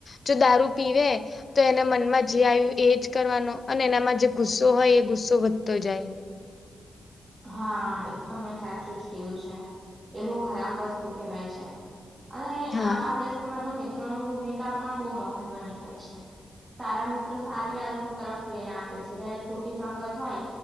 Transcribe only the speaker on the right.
હા એ તો મેં સાચું જ કીધુ છે, એ બહુ ખરાબ વસ્તુ કહેવાય છે. અને
આ વ્યસતનમા તો મિત્રોની ભૂમિકા પણ બહું મહત્વની હોય છે. તારા મિત્રો સારી આદતો તરફ પ્રેરણા આપે છે, જયારે ખોટી સગત હોય.